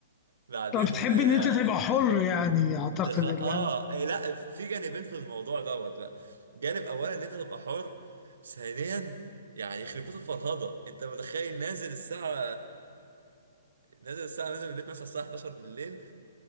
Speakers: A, on the right (about 70°); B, on the left (about 25°).
A: بعدين
B: طب بتحب
A: آه،
B: إن أنت تبقى حر يعني أعتقد
A: تخ... اه
B: اللي أنا
A: إيه لا في جانبين في الموضوع دوت بقى جانب اولا ان انت تبقى حر ثانيا يعني يخرب بيت الفرهده انت متخيل نازل الساعه نازل الساعه نازل من البيت مثلا الساعه 11 بالليل